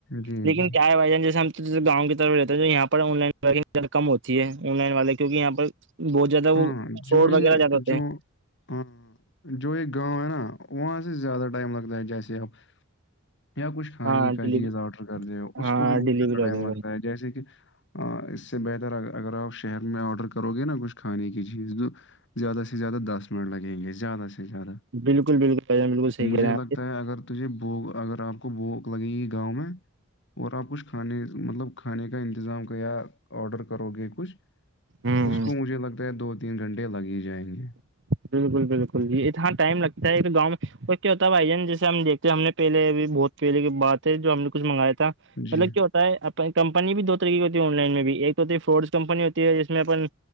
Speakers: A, on the left; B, on the right.
A: جی
B: لیکن
A: جی
B: کیا ہے وجہ جیسے ہم جیس گاؤں کی طرف رہتے ہے تو یہاں پر آن لائن والے کی ز کم ہوتی ہے آن لائن والے کیکہ یہاں پر بہت زیادہ
A: ہاں
B: وہ
A: جو
B: شوڈ
A: یہ
B: وغیرہ زیادہ ہوتے
A: جو
B: ہیں
A: ہاں جو ایک گاؤں ہے نا وہاں سے زیادہ ٹائم لگتا ہے جیسے اب یا کچھ کھانے
B: ہاں
A: کا
B: ڈیلی
A: چیز آرڈر کر د ہو اس
B: ہاں
A: کو بھی بہت
B: ڈیلیوری
A: زیادہ
B: وغیرہ
A: ٹائم لگتا ہے جیسے کہ اس سے بہتر اگر آپ شہر میں آرڈر کرو گے نا کچھ کھانے کی چیز تو زیادہ سے زیادہ دس منٹ لگیں گے زیادہ سے سے زیادہ
B: بالکل بالکل بھائی جان بالکل صحیح
A: مجھے
B: کہہ رہے ہیں
A: لگتا
B: آپ
A: ہے اگر تو یہ بو اگر آپ کو بھوک لگے گی گاؤں میں اور آپ کچھ کھانے مطلب کھانے کا انتظام کیا آڈر کرو گے کچھ
B: ہوں
A: اس کو مجھے لگتا ہے دو تین گھنٹے لگ ہی جائیں گے
B: بالکل بالکل جی اتنا ٹائم لگتا ہے تو گاؤں میں اور کیا ہوتا ہے بھائی جان جیسے ہم دیکھتے ہیں ہم نے پہلے بھی بہت پہلے کے بات ہے جو ہم نے کچھ منگایا تھا
A: جی
B: مطلب کیا ہوتا کمپنی بھی دو طریق کی ہوتی ہے آن لائن میں بھی ایک ہوتی ہے فڈز کمپنی ہوتی ہے جس میں اپن